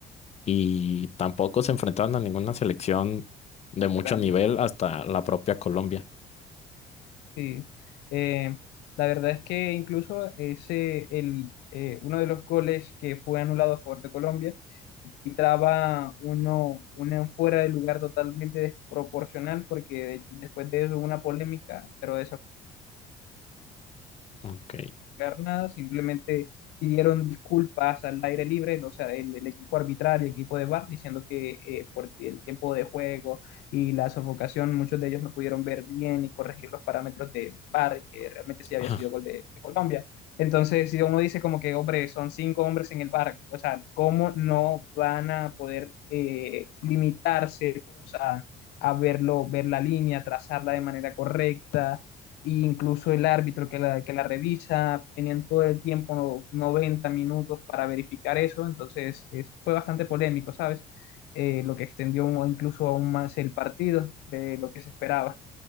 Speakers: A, on the left (about 40°); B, on the left (about 80°).
A: y tampoco se enfrentaron a ninguna selección de mucho
B: grande.
A: nivel hasta la propia Colombia.
B: Sí, eh, la verdad es que incluso ese, el, eh, uno de los goles que fue anulado a favor de Colombia quitaba uno, una fuera de lugar totalmente desproporcional porque de- después de eso hubo una polémica, pero
A: Ok,
B: explicar nada, simplemente pidieron disculpas al aire libre, o sea, el, el equipo arbitral, el equipo de VAR, diciendo que eh, por el tiempo de juego y la sofocación, muchos de ellos no pudieron ver bien y corregir los parámetros del VAR, y que realmente sí
A: <laughs>
B: había sido gol de, de Colombia. Entonces, si uno dice como que, hombre, son cinco hombres en el VAR, o sea, ¿cómo no van a poder eh, limitarse o sea, a verlo, ver la línea, trazarla de manera correcta? e incluso el árbitro que la, que la revisa, tenían todo el tiempo, no- 90 minutos para verificar eso, entonces es- fue bastante polémico, ¿sabes? Eh, lo que extendió un- incluso aún más el partido de lo que se esperaba.